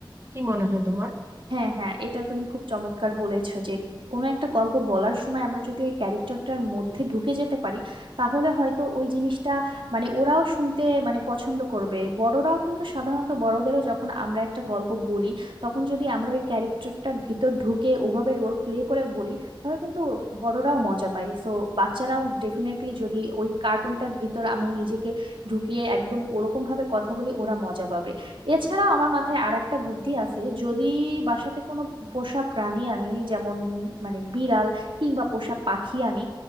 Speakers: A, on the right (about 30°); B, on the right (about 80°).
A: কি মনে হয় তোমার
B: হ্যাঁ হ্যাঁ এটা তুমি খুব চমৎকার বলেছো যে কোনো একটা গল্প বলার সময় আমরা যদি ওই ক্যারেক্টারটার মধ্যে ঢুকে যেতে পারি তাহলে হয়তো ওই জিনিসটা মানে ওরাও শুনতে মানে পছন্দ করবে বড়রাও কিন্তু সাধারণত বড়দেরও যখন আমরা একটা গল্প বলি তখন যদি আমরা ওই ক্যারেক্টারটার ভিতর ঢুকে ওভাবে রোল প্লে করে বলি তাহলে কিন্তু বড়রাও মজা পায় সো বাচ্চারাও ডেফিনেটলি যদি ওই কার্টুনটার ভিতর আমি নিজেকে ঢুকিয়ে একদম ওরকম ভাবে কথা বলি ওরা মজা পাবে এছাড়াও আমার মাথায় আর একটা বুদ্ধি আছে যদি বাসাতে কোনো পোষা প্রাণী আনি যেমন মানে বিড়াল কিংবা পোষা পাখি আনি